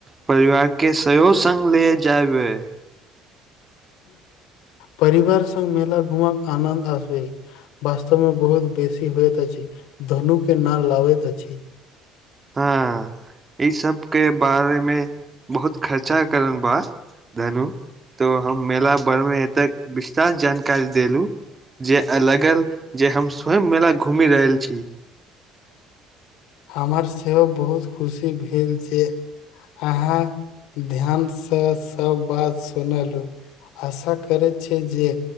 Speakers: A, on the right; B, on the left.
A: परिवार के सेहो सँग ले जायबै
B: परीवार संग मेला घुमबाक आनन्द अछि वास्तव में बहुत बेसी होत अछि धनु के न लाबैत अछि
A: हँ ई सबके बारे मे बहुत खर्चा करनि बा धनु तो हम मेला बर मे एतेक विस्तार जानकारी देलू जे आ लगल जे हम स्वयं मेला घूमि रहल छी
B: हमर सेहो बहुत खुशी भेल छै अहाँ ध्यान से सब बात सुनलु आशा करै छै जे